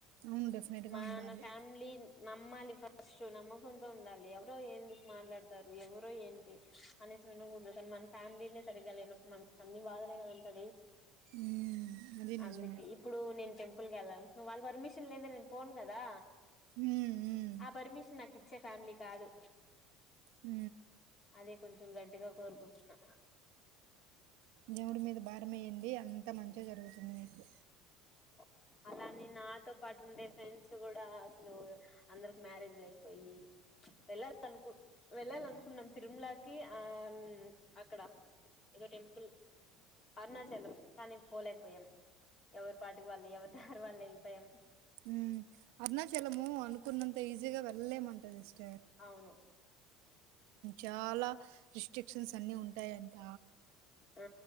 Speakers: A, on the right (about 70°); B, on the left (about 20°).
A: అవును డెఫినెట్గా
B: మా
A: ఉండాలి
B: నా ఫ్యామిలీ నమ్మాలి ఫస్ట్ నమ్మకుంతో ఉండాలి ఎవరో ఎందుకు మాట్లాడతారు ఎవరో ఏంటి అని వికూడదు కానీ మన ఫ్యామిలీ సరిగా లే మ అన్ని బాధలు కదంటది
A: ఉమ్ అది
B: అందుకే
A: నిజమే
B: ఇప్పుడు నేను టెంపుల్ క వెళ్ళాలి వాళ్ళ పర్మిషన్ లేద నేను పోను కదా
A: ఉమ్ ఉమ్
B: ఆ పర్మిషన్ నాకు ఇచ్చే ఫ్యామిలీ కాదు
A: ఉ
B: అదే కొంచెం గట్టిగా కోరుకుంటు న్నా
A: దేవుడి మీద భారం వేయండి అంత మంచిగా జరుగుతుంది మీకు
B: ఆ అలాని నాతో పాటు ఉండే ఫ్రెండ్స్ కూడా అసలు అందరికి మ్యారేజ్ లు అయిపోయి వెళ్ళాలనుకు వెళ్ళాలనుకున్నాం తిరుమలకి ఆ అక్కడ టెంపుల్ అరుణాచలం కానీ పోలేకపోయాం ఎవరు పాటికి వాళ్ళు ఎవరి దారి వాళ్ళుళ్ళి వయం
A: హ అరుణచలము అనుకున్నంత ఈజీగా వెళ్లేమంటది ఇష్ట
B: అవును
A: చాలా రిస్ట్రిక్షన్స్ అన్ని ఉంటాయంట
B: ఆ